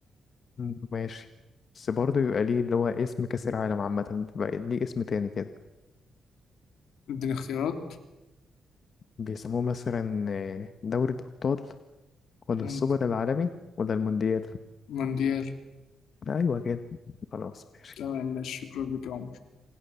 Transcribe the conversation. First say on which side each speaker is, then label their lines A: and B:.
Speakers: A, on the left (about 50°); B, on the left (about 85°).
A: مم، ماشي بس برضه يبقى ليه اللي هو اسم كأس العالم عامة بقى ليه اسم تاني كده
B: اديني اختيارات
A: بيسموه مثلا آه، دوري الأبطال ولا
B: مم.
A: السوبر العالمي ولا المونديال
B: مونديال
A: أيوة كده خلاص ماشي
B: تمام ماشي شكرا لك يا عمر